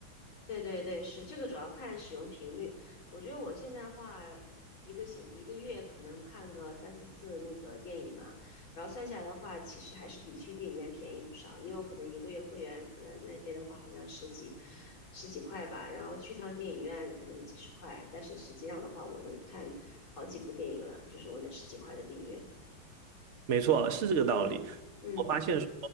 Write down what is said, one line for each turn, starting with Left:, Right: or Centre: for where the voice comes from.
Left: 对对对，是这个主要看使用频率。我觉得我现在话一个星一个月可能看个三四次那个电影嘛，然后算下来的话，其实还是比去电影院便宜不少。因为我可能一个月会员，可能奈飞的话好像十几十几块吧，然后去趟电影院可能几十块，但是实际上的话，我能看好几部电影了，就是我那十几块的订阅。
Right: 没错，是这个道理。
Left: 嗯嗯
Right: 我发现说